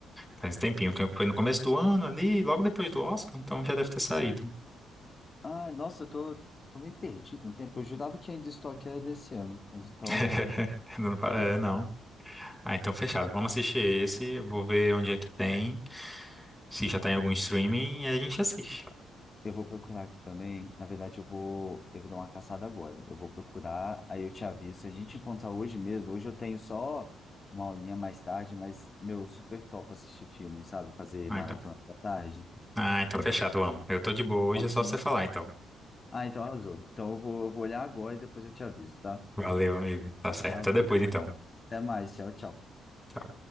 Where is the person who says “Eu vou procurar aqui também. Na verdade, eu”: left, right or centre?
Left